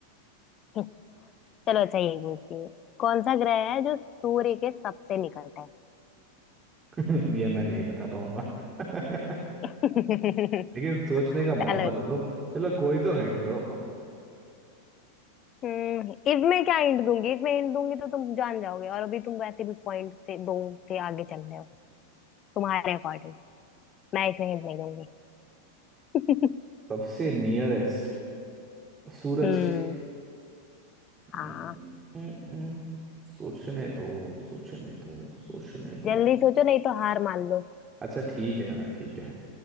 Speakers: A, on the left (about 30°); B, on the right (about 20°).
A: <laughs> चलो अच्छा यही पूछती हूँ कौन सा ग्रह है जो सूर्य के सबसे निकट है
B: <laughs> ये मैं नहीं बता पाऊंगा <laughs>
A: <laughs>
B: लेकिन सोचने का
A: चलो
B: मौका तो दो चलो कोई तो हिंट तो
A: हम्म इफ मैं क्या हिंट दूंगी इफ मैं हिंट दूंगी तो तुम जान जाओगे और अभी तुम वैसे भी पॉइंट से दो से आगे चल रहे हो तुम्हारे अकॉर्डिंग मैं इसमें हिंट नहीं दूंगी <laughs>
B: सबसे नियरेस्ट सूरज
A: हम्म
B: के
A: हाँ
B: हम्म, सोचने दो सोचने दो सोचने दो
A: जल्दी सोचो नहीं तो हार मान लो
B: अच्छा ठीक है ठीक है